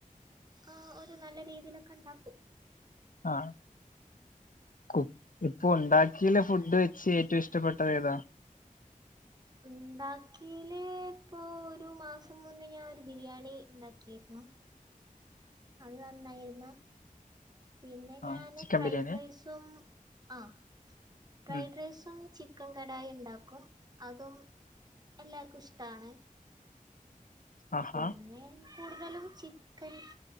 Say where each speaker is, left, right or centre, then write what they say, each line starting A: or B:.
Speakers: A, on the right; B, on the left.
A: ആ ഒരു നല്ല രീതിലൊക്കെണ്ടാക്കും
B: ആഹ കുക് ഇപ് ഇപ്പൊ ഉണ്ടാക്കിലെ ഫുഡ്ഡ് വെച്ച് ഏറ്റവും ഇഷ്ടപ്പെട്ടത് ഏതാ
A: ഉണ്ടാക്കീല് പ്പോ ഒരു മാസം മുന്നെ ഞാൻ ഒരു ബിരിയാണി ഇണ്ടാക്കിര്ന്നു അത് നന്നായിര്ന്നോ പിന്നെ
B: ആ
A: ഞാന്
B: ചിക്കൻ
A: ഫ്രൈഡ്റൈസും
B: ബിരിയാണി
A: ആ ഫ്രൈഡ്റൈസും
B: ഉം
A: ചി ക്കൻ കടായി ഇണ്ടാക്കും അതും എല്ലാർക്കും ഇഷ്ടാണ്
B: ആഹാ
A: പിന്നെ കൂട്തലും ചിക്കൻ